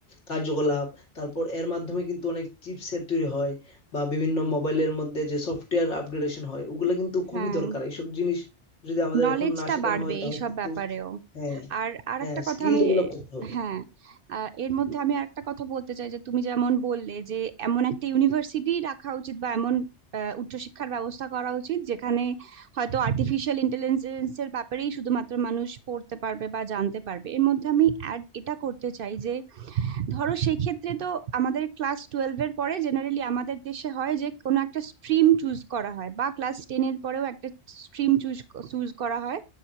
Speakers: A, on the left (about 85°); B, on the right (about 60°).
A: কার্যকলাপ তারপর এর মাধ্যমে কিন্তু অনেক চিপসেট তৈরি হয় বা বিভিন্ন মোবাইলের মধ্যে যে সফটওয়্যার আপগ্রেডেশন হয় ওগুলো কিন্তু খুবই
B: হ্যাঁ
A: দরকার এইসব জিনিস যদি আমাদের
B: নলেজটা
A: এখন না শেখানো
B: বাড়বে
A: হয় তাহলে
B: এইসব
A: কিন্তু
B: ব্যাপারেও
A: হ্যাঁ
B: আর আর
A: হ্যাঁ
B: একটা কথা
A: স্কিল
B: আমি
A: ডেভেলপ করতে হবে
B: হ্যাঁ আহ, এর মধ্যে আমি আরেকটা কথা বলতে চাই যে তুমি যেমন বললে যে এমন একটা ইউনিভার্সিটি রাখা উচিত বা এমন আহ, উচ্চশিক্ষার ব্যবস্থা করা উচিত যেখানে হয়তো আর্টিফিশিয়াল ইন্টেলিজেন্সের ব্যাপারেই শুধুমাত্র মানুষ পড়তে পারবে বা জানতে পারবে এর মধ্যে আমি অ্যাড এটা করতে চাই যে ধরো সেই ক্ষেত্রে তো আমাদের ক্লাস টুয়েলভ এর পরে জেনারেলি আমাদের দেশে হয় যে কোনো একটা স্ট্রিম চুজ করা হয় বা ক্লাস টেন এর পরেও একটা স্ট্রিম চুজ চুজ করা হয়